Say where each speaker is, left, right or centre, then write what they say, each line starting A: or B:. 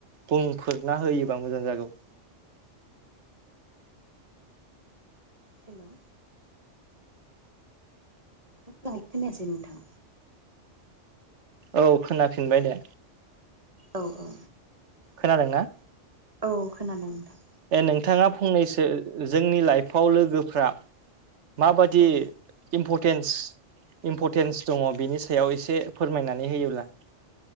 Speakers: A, on the right (about 70°); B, on the right (about 30°).
A: बुंफोरना होयोबा मोजां जागौ
B: हेलौ मोजांङै खोनायासै नोंथां।
A: औ खोनाफिनबाय दे।
B: औ औ
A: खोनादोंना?
B: औ खोनादों नोंथां।
A: ए नोंथांङा फंनैसो जोंनि लाइफआव लोगोफ्रा माबादि
B: औ
A: इम्पटेन्स इम्पटेन्स दंङ बेनि सायाव एसे फोरमायनानै होयोब्ला